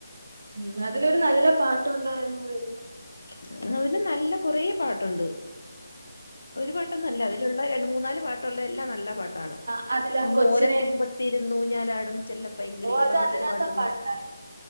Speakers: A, on the right (about 50°); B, on the left (about 65°).
A: ഉം അതിലൊരു നല്ല പാട്ടുണ്ടായിരുന്നു അതെ
B: അത് ഒരു നല്ല കുറേ പാട്ടുണ്ട് ഒരു പാട്ടൊന്നല്ല അതിലുള്ള മൂന്നാല് പാട്ടുള്ള എല്ലാം നല്ല പാട് ആണ്.
A: ആഹ് അതിലാ കൊച്ചിനെ
B: ഓലത്തുമ്പത്തിരു ന്നൂഞ്ഞാലാടും ചെല്ലപ്പയ്ങ്കിളീന്ന്
A: ഓ അത്
B: പറഞ്ഞിട്ടൊരു
A: അതിനകത്തെ
B: പാട്ടുണ്ട്
A: പാട്ടായിരുന്നു